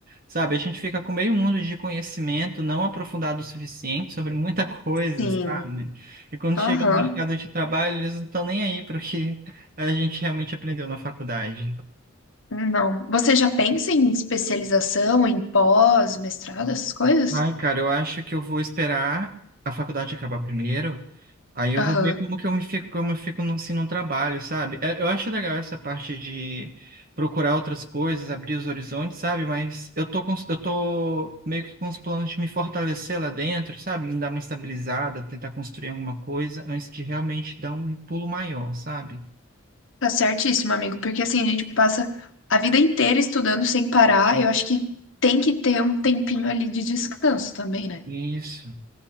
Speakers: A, on the right; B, on the left.
A: sabe? A gente fica com meio mundo de conhecimento não aprofundado o suficiente sobre muita coisa,
B: sim.
A: sabe? E quando
B: Aham.
A: chega no mercado de trabalho, eles não estão nem aí para o que a gente realmente aprendeu na faculdade.
B: Não. Você já pensa em especialização, em pós, mestrado, essas coisas?
A: Ai, cara, eu acho que eu vou esperar a faculdade acabar primeiro. Aí eu
B: Aham.
A: vou ver como que eu me fico, como eu fico no, se não trabalho, sabe? É, Eu acho legal essa parte de procurar outras coisas, abrir os horizontes, sabe? Mas eu tô com, os- eu tô meio que com os planos de me fortalecer lá dentro, sabe? Me dar uma estabilizada, tentar construir alguma coisa antes de realmente dar um pulo maior, sabe?
B: Tá certíssimo, amigo, porque assim, a gente passa a vida inteira estudando sem parar. Eu acho que tem que ter um tempinho ali de descanso também, né?
A: Isso.